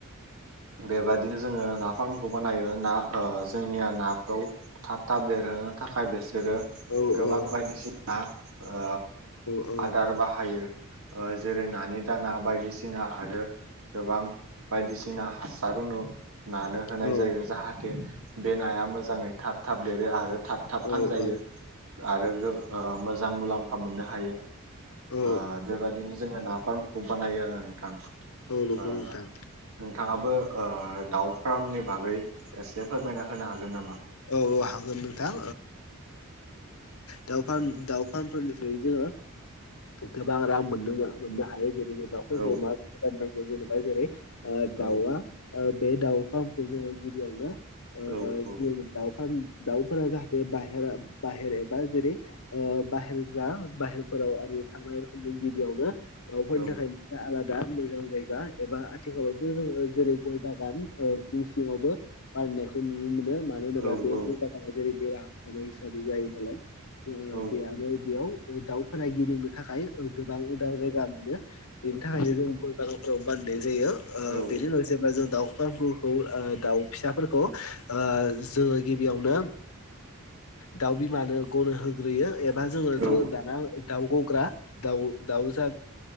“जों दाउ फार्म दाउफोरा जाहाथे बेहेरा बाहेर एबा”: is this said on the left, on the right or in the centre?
Left